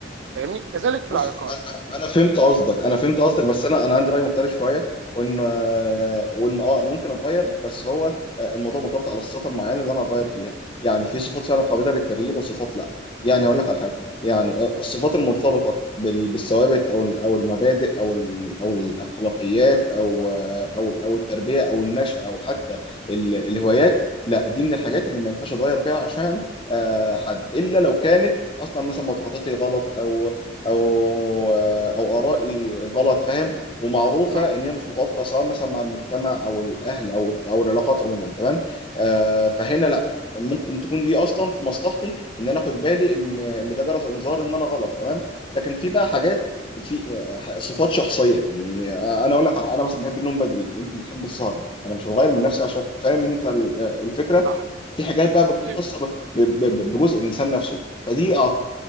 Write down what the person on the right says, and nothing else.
فاهمني كذلك في
العلاقات
امم
صح
ايوه